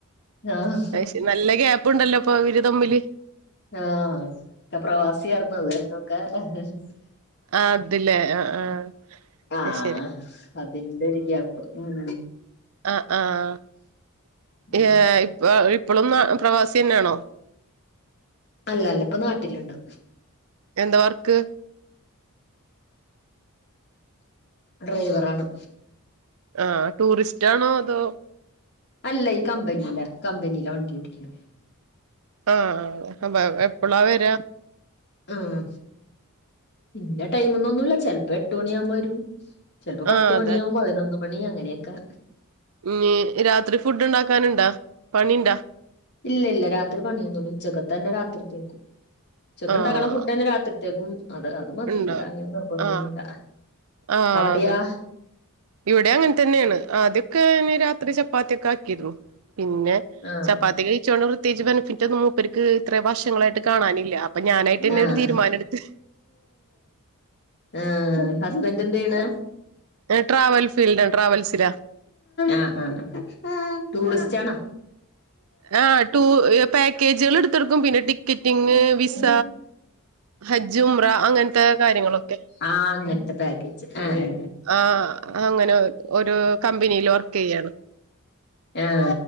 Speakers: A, on the left; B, on the right.
A: ആഹ്
B: അത് ശെരി നല്ല ഗ്യാപ്പുണ്ടല്ലോ ഇപ്പൊ ഇവരു തമ്മില്
A: ആഹ് പ്രവാസി ആരുന്നു <unintelligible>
B: ആ അതില്ലേ അ ആഹ്
A: ആഹ്
B: അത് ശെരി
A: അതിന്റെ ഒരു ഗ്യാപ്പ് മൂ മൂ
B: ആ ആഹ്
A: ഉം
B: ഏഹ് ഇപ്പൊ ഇപ്പോളും പ്രവാസി തന്നെയാണോ
A: അല്ല അല്ല ഇപ്പൊ നാട്ടിലുണ്ട്
B: എന്ത വർക്ക്
A: ഡ്രൈവറാണ്
B: ആ ടൂറിസ്റ്റാണോ അതോ
A: അല്ല ഈ കമ്പനിയില കമ്പനിയിലെ വണ്ടി ഓടിക്കുന്നു
B: ആഹ് അപ്പൊ എപ്പോളാ വരാ
A: ആഹ് ഇന്ന ടൈമൊന്നുന്നുമില്ല ചെലപ്പം എട്ട്മണി അമ് വരും ചിലപ്പോ പത്തുമണിയാവും
B: ആഹ് അതെ
A: പതിനൊന്ന് മണി അങ്ങനെയൊക്കെ
B: ഉം രാത്രി ഫുഡ് ഉണ്ടാക്കാനുണ്ടാ പാണിന്ടാ
A: ഇല്ലില്ല രാത്രി പണിയൊന്നുല്ല ഉച്ചക്കത്ത തന്നെ രാത്രിത്തേക്കും ഉച്ചക്ക്
B: ആഹ്
A: ഉണ്ടാക്കണ ഫുഡ് തന്നെ രാത്രിത്തേക്കും അത് അത് മതി
B: ഇണ്ടാവും
A: ഇവിടെ അങ്ങനെ നിർബന്തോന്നില്ല
B: ആഹ് ആഹ്
A: അവിടെയാ
B: അതെ ഇവിടെ അങ്ങനെ തന്നെയാണ് ആദ്യൊക്കെ രാത്രി ചപ്പാത്തിക്കെ ആക്കിരുന്നു പിന്നെ
A: ആഹ്
B: ചപ്പാത്തി കഴിച്ചുണ്ട് പ്രത്യേകിച്ച് ബെനഫിറ്റ് ഒന്നും മൂപ്പർക്ക് ഇത്രേ വർഷങ്ങളായിട്ട് കാണാനില്ല അപ്പൊ ഞാനായിട്ട് തന്നെ
A: ആഹ്
B: ഒരു തീരുമാനം എടുത്ത്
A: ആ ഹസ്ബന്റ് എന്ത് ചെയ്യണ്
B: ട്രാവൽ ഫീൽഡ് ട്രാവൽസിലാ
A: ആഹ് ആഹ് ആഹ് ടൂറിസ്റ്റ് ആണ
B: ആ ടൂർ പാക്കേജുകൾ എടുത്തൊടുക്കും പിന്നെ ടിക്കറ്റിങ്
A: <unintelligible>
B: വിസ ഹജ്ജ് ഉംറ അങ്ങനത്തെ കാര്യങ്ങളൊക്കെ
A: ആഹ് അങ്ങൻത്തെ പാക്കേജ് ആഹ്
B: ആഹ് അങ്ങനെ ഒരോ കമ്പനില് വർക്ക് ചെയ്യാണ്
A: ആഹ്